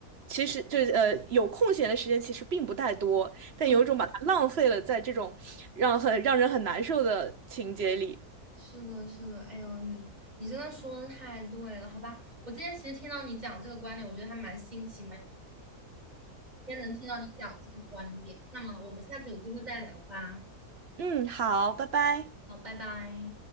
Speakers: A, on the right; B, on the right.
A: 其实就是呃有空闲的时间其实并不太多，但有一种把它浪费了在这种让很让人很难受的情节里。
B: 对，是的，是的，哎呦，你你真的说的太对了，好吧？我今天其实听到你讲这个观点，我觉得还蛮新奇，蛮今天能听到你讲这个观点。那么我们下次有机会再聊吧。
A: 嗯，好，拜拜。
B: 好，拜拜。